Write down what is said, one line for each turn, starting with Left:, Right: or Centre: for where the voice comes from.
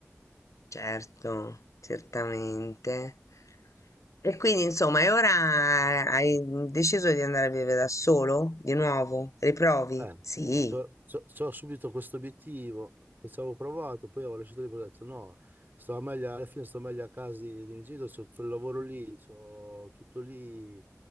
Left: certo, certamente. E quindi, insomma, e ora hai deciso di andare a vivere da solo? Di nuovo? Riprovi?
Right: Eh,
Left: Sì.
Right: so, so- so subito questo obiettivo che ci avevo provato, poi avevo lasciato lì perché ho detto no, stavo meglio, alla fine sto meglio a casa di, di miei genitori, c'ho tutto il lavoro lì, c'ho tutto lì,